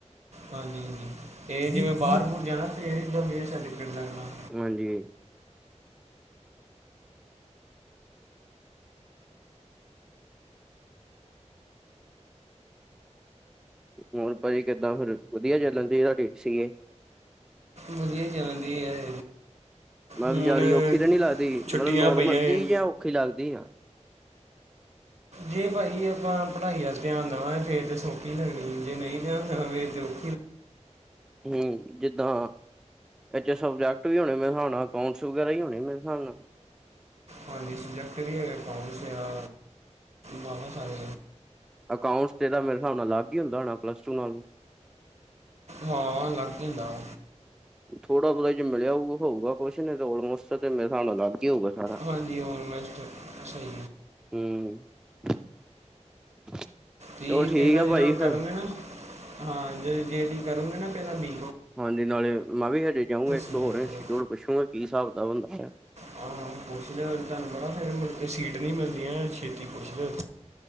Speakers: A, on the right; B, in the centre.
A: ਹਾਂਜੀ ਹਾਂਜੀ ਅਤੇ ਇਹ ਜਿਵੇਂ ਬਾਹਰ ਬੁਰ ਜਾਣਾ ਫ ਇਹਦ ਵੀ ਸਰਟੀਫਿਕੇਟ ਲੈਣਾ
B: ਹਾਂਜੀ ਹੋਰ ਭਾਜੀ ਕਿੱਦਾਂ ਫਿਰ ਵਧੀਆ ਚੱਲਣ ਡੀਏ ਤੁਹਾਡੀ ਸੀ ਏ
A: ਵਧੀਆ ਚੱਲਦੀ ਹੈ
B: ਮਤਲਬ
A: ਹੁਣ
B: ਜਿਆਦਾ ਔਖੀ ਤਾਂ ਨੀ ਲੱਗਦੀ
A: ਛੁੱਟੀਆਂ
B: ਮਤਲਬ ਨੋਰਮਲ
A: ਪਈਆਂ ਹੈ
B: ਏ ਜੀ ਔਖੀ ਲੱਗਦੀ ਆ
A: ਜੇ ਪਾਜੀ ਆਪਾਂ ਪੜ੍ਹਾਈ ਵੱਲ ਧਿਆਨ ਦੇਵਾਂ ਫਿਰ ਤੇ ਸੌਖੀ ਲੱਗਣੀ ਜੇ ਨਹੀਂ ਧਿਆਨ ਦੇਵਾਂ ਫੇਿਰ ਤੇ ਔ <inaudible>
B: ਹੂ ਜੀਦਾ ਇਹ ਚ ਸਬਜੈਕਟ ਵੀ ਹੋਣੇ ਮੇਰੇ ਹਿਸਾਬ ਨਾਲ ਅਕਾਊਂਟਸ ਵਗੈਰਾ ਹੀ ਹੋਣੇ ਮੇਰੇ ਰੇਿਸਾਬ ਨਾਲ
A: ਹਾਂਜੀ ਸਬਜੈਕਟ ਵੀ ਹੈਗੇ ਟਾਸ ਆ ਬਤ ਸਾਰੇ
B: ਅਕਾਊਂਟਸ ਤੇ ਇਹਦਾ ਮੇਰੇ ਹਿਸਾਬ ਨਾਲ ਅਲੱਗ ਹੀ ਹੁੰਦਾ ਹੋਣਾ ਪਲੱਸ ਟੂ ਨਾਲ
A: ਹਾਂ, ਅਲਗ ਈ ਹੁਦਾ ਓ।
B: ਥੋੜਾ ਬਹੁਤਾ ਜੇ ਮਿਲਿਆ ਹੋਊਗਾ ਤੇ ਹੋਊਗਾ ਕੁਛ, ਨਈ ਤੇ ਓਲਮੋਸਟ ਤੇ ਮੇਰੇ ਸਾਬ ਨਾਲ ਅਲੱਗ ਹੀ ਹੋਊਗਾ। ਸਾਰਾ
A: ਹਾਂਜੀ, ਆਲਮੇਸਟ ਸਹੀ।
B: ਹੂੰ <inaudible>
A: ਵੀ
B: ਠੀਕ
A: ਪਹਿਲਾਂ
B: ਆ
A: ਜਦੋਂ
B: ਭਾਜੀ ਫਿਰ
A: ਕਰੋਂਗੇ ਨਾ, ਹਾਂ ਜ ਜੇਅੜੀ ਕਰੋਂਗੇ ਨਾ ਪਹਿਲਾਂ ਵੀ
B: ਹਾਂਜੀ, ਨਾਲੇ ਮੈਂ ਵੀ ਹਜੇ ਜਾਊਂਗਾ ਇੱਕ
A: ਸੀ
B: ਦੋ
A: ਏ
B: ਹੋਰ ਇੰਸਚਿਊਟ,
A: ਕਰੋ
B: ਪੁੱਛੂਗਾ ਕੀ ਹਿਸਾਬ ਕਿਤਾਬ <unintelligible>
A: ਹਾਂ-ਹਾਂ ਪੁੱਛ ਲਉ, ਤੁਆਨੂੰ ਪਤਾ ਫਿਰ ਮੁੜਕੇ ਸੀਟ ਨੀ ਮਿਲਦੀਆਂ, ਛੇਤੀ ਪੁੱਛ ਲਉ।